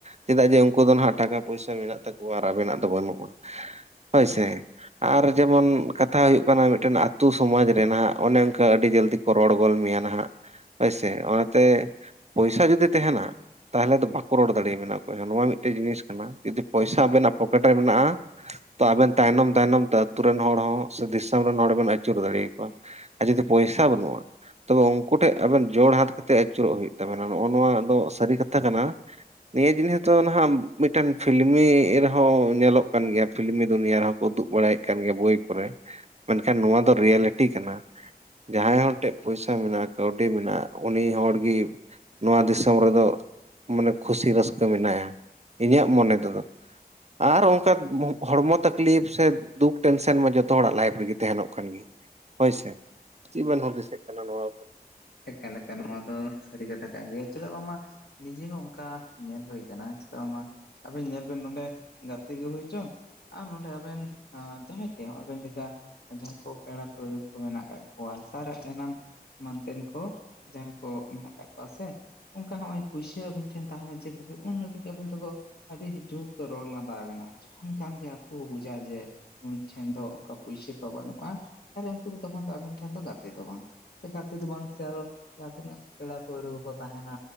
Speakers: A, on the right (about 40°); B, on the left (about 75°).
A: ᱪᱮᱫᱟᱜ ᱡᱮ ᱩᱱᱠᱩ ᱫᱚ ᱦᱟᱜ ᱴᱟᱠᱟ ᱯᱚᱭᱥᱟ ᱢᱮᱱᱟᱜ ᱛᱟᱠᱚᱣᱟ ᱟᱨ ᱟᱵᱮᱱᱟᱜ ᱫᱚ ᱵᱟᱹᱱᱩᱜᱼᱟ ᱦᱳᱭᱥᱮ ᱟᱨ ᱡᱮᱢᱚᱱ ᱠᱟᱛᱷᱟ ᱦᱩᱭᱩᱜ ᱠᱟᱱᱟ ᱢᱤᱫᱴᱮᱱ ᱟᱛᱳ ᱥᱚᱢᱟᱡᱽ ᱨᱮ ᱱᱟᱦᱟᱜ ᱚᱱᱮ ᱚᱱᱠᱟ ᱟᱹᱰᱤ ᱡᱚᱞᱫᱤ ᱠᱚ ᱨᱚᱲ ᱜᱚᱫ ᱢᱮᱭᱟ ᱱᱟᱦᱟᱜ ᱦᱳᱭᱥᱮ ᱚᱱᱟᱛᱮ ᱤᱪᱪᱷᱟ ᱡᱩᱫᱤ ᱛᱟᱦᱮᱱᱟ ᱛᱟᱦᱚᱞᱮ ᱫᱚ ᱵᱟᱠᱚ ᱨᱚᱲ ᱫᱟᱲᱮᱭᱟᱵᱮᱱᱟ ᱚᱠᱚᱭ ᱦᱚᱸ ᱱᱚᱣᱟ ᱢᱤᱫᱴᱮᱱ ᱡᱤᱱᱤᱥ ᱠᱟᱱᱟ ᱡᱩᱫᱤ ᱯᱚᱭᱥᱟ ᱟᱵᱮᱱᱟᱜ ᱯᱚᱠᱮᱴ ᱨᱮ ᱢᱮᱱᱟᱜᱼᱟ ᱛᱚ ᱟᱵᱮᱱ ᱛᱟᱭᱱᱚᱢ ᱛᱟᱭᱱᱚᱢ ᱛᱮ ᱟᱛᱩ ᱨᱮᱱ ᱦᱚᱲ ᱦᱚᱸ ᱥᱮ ᱫᱤᱥᱚᱢ ᱨᱮᱱ ᱦᱚᱲ ᱵᱮᱱ ᱟᱹᱪᱩᱨ ᱫᱟᱲᱮᱭᱟ ᱠᱚᱣᱟ ᱟᱨ ᱡᱩᱫᱤ ᱯᱚᱭᱥᱟ ᱵᱟᱹᱱᱩᱜᱼᱟ ᱛᱚᱵᱮ ᱩᱱᱠᱩ ᱴᱷᱮᱡ ᱟᱵᱮᱱ ᱡᱳᱲ ᱦᱟᱛ ᱠᱟᱛᱮ ᱟᱹᱪᱩᱨᱚᱜ ᱦᱩᱭᱩᱜ ᱛᱟᱵᱮᱱᱟ ᱱᱚᱜᱼᱚ ᱱᱚᱣᱟ ᱫᱚ ᱥᱟᱹᱨᱤ ᱠᱟᱛᱷᱟ ᱠᱟᱱᱟ ᱱᱤᱭᱟᱹ ᱡᱤᱱᱤᱥ ᱫᱚ ᱱᱟᱦᱟᱜ ᱢᱤᱫᱴᱮᱱ ᱯᱷᱤᱞᱢᱤ ᱨᱮᱦᱚᱸ ᱧᱮᱞᱚᱜ ᱠᱟᱱ ᱜᱮᱭᱟ ᱯᱷᱤᱞᱢᱤ ᱫᱩᱱᱤᱭᱟ ᱨᱮᱦᱚᱸ ᱩᱫᱩᱜ ᱵᱟᱲᱟᱭᱮᱫ ᱠᱟᱱ ᱜᱮᱭᱟ ᱵᱳᱭ ᱠᱚᱨᱮ ᱢᱮᱱᱠᱷᱟᱱ ᱱᱚᱣᱟ ᱫᱚ ᱨᱤᱭᱮᱞᱤᱴᱤ ᱠᱟᱱᱟ ᱡᱟᱦᱟᱸᱭ ᱦᱚᱲ ᱴᱷᱮᱡ ᱯᱚᱭᱥᱟ ᱢᱮᱱᱟᱜᱼᱟ ᱠᱟᱹᱣᱰᱤ ᱢᱮᱱᱟᱜᱼᱟ ᱩᱱᱤ ᱦᱚᱲ ᱜᱮ ᱱᱚᱣᱟ ᱫᱤᱥᱚᱢ ᱨᱮᱫᱚ ᱢᱟᱱᱮ ᱠᱷᱩᱥᱤ ᱨᱟᱹᱥᱠᱟᱹ ᱢᱮᱱᱟᱭᱟ ᱤᱧᱟᱹᱜ ᱢᱚᱱᱮ ᱛᱮᱫᱚ ᱟᱨ ᱚᱱᱠᱟ ᱦᱚᱲᱢᱚ ᱛᱟᱠᱞᱤᱯ ᱥᱮ ᱫᱩᱠ ᱴᱮᱱᱥᱮᱱ ᱢᱟ ᱡᱚᱛᱚ ᱦᱚᱲᱟᱜ ᱞᱟᱭᱤᱯᱷ ᱨᱮᱜᱮ ᱛᱟᱦᱮᱱᱚᱜ ᱠᱟᱱ ᱜᱮ ᱦᱳᱭᱥᱮ ᱪᱮᱫ ᱵᱮᱱ ᱦᱩᱫᱤᱥᱚᱜ ᱠᱟᱱᱟ ᱱᱚᱣᱟ ᱵᱟᱵᱚᱫ?
B: ᱮᱠᱟᱞ ᱮᱠᱟᱞ ᱱᱚᱣᱟ ᱫᱚ ᱥᱟᱹᱨᱤ ᱠᱟᱛᱷᱟ ᱠᱟᱱ ᱜᱮᱭᱟ ᱪᱮᱫᱟᱜ ᱵᱟᱝ ᱢᱟ ᱱᱤᱡᱮ ᱦᱚᱸ ᱚᱱᱠᱟ ᱧᱮᱞ ᱦᱩᱭ ᱠᱟᱱᱟ ᱪᱮᱫᱟᱜ ᱵᱟᱝ ᱢᱟ ᱟᱵᱮᱱ ᱧᱮᱞ ᱵᱤᱱ ᱱᱚᱰᱮ ᱜᱟᱛᱮ ᱜᱮ ᱦᱩᱭᱪᱚᱝ ᱟᱨ ᱱᱚᱸᱰᱮ ᱟᱵᱮᱱ ᱡᱟᱦᱟᱸᱭ ᱜᱮ ᱱᱚᱜᱼ ᱟᱵᱮᱱ ᱞᱮᱠᱟ ᱡᱟᱦᱟᱸ ᱠᱚ ᱯᱮᱲᱟ ᱯᱟᱹᱲᱦᱟᱹ ᱠᱚ ᱢᱮᱱᱟᱜ ᱠᱟᱜ ᱠᱚᱣᱟ ᱥᱟᱨᱟ ᱮᱢᱟᱱᱛᱮᱱ ᱠᱚ ᱡᱟᱦᱟᱸᱭ ᱠᱚ ᱢᱮᱱᱟᱜ ᱠᱟᱜ ᱠᱚᱣᱟ ᱥᱮ ᱚᱱᱠᱟ ᱦᱚᱸᱜ ᱚᱭ ᱯᱩᱭᱥᱟᱹ ᱟᱵᱤᱱ ᱴᱷᱮᱱ ᱛᱟᱦᱮᱸᱱᱟ ᱪᱮᱫ ᱦᱟᱹᱵᱤᱡ ᱩᱱ ᱦᱟᱹᱵᱤᱡ ᱜᱮ ᱟᱵᱮᱱ ᱫᱚᱠᱚ ᱟᱹᱰᱤ ᱡᱩᱛ ᱠᱚ ᱨᱚᱲ ᱞᱟᱸᱫᱟ ᱟᱵᱮᱱᱟ ᱡᱚᱠᱷᱚᱱ ᱠᱷᱟᱱ ᱜᱮ ᱟᱠᱚ ᱵᱩᱡᱟ ᱡᱮ ᱱᱩᱭ ᱴᱷᱮᱱ ᱫᱚ ᱚᱱᱠᱟ ᱯᱩᱭᱥᱟᱹ ᱠᱚ ᱵᱟᱹᱱᱩᱜ-ᱟ ᱛᱟᱦᱞᱮ ᱩᱱᱠᱩ ᱫᱚ ᱛᱚᱠᱷᱚᱱ ᱫᱚ ᱟᱵᱮᱱ ᱴᱷᱮᱱ ᱫᱚ ᱜᱟᱛᱮ ᱫᱚ ᱵᱟᱝ ᱥᱮ ᱜᱟᱛᱮ ᱫᱚ ᱵᱟᱝ ᱥᱮ ᱟᱨᱦᱚᱸ ᱡᱟᱦᱟᱸ ᱛᱤᱱᱟᱹᱜ ᱯᱮᱲᱟ ᱯᱟᱹᱲᱦᱟᱹ ᱠᱚᱠᱚ ᱛᱟᱦᱮᱱᱟ